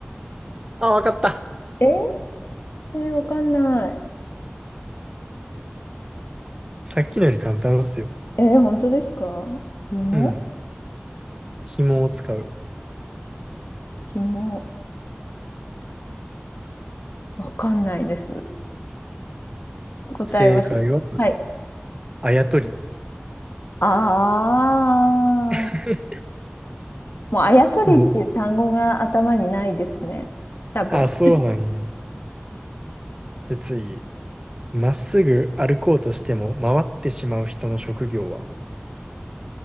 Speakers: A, on the right; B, on the left.
A: あ、わかった。
B: えーえー、わかんない。
A: さっきのより簡単ですよ。
B: えー、本当ですか紐
A: うん。紐を使う。
B: 紐わかんないです。答えをし、
A: 正解は、
B: はい。
A: あやとり。
B: ああ
A: <laughs>
B: もうあやとりっていう単語が頭にないですね。
A: で、
B: 多分。
A: あ、そうなのね。で、次。まっすぐ歩こうとしても回ってしまう人の職業は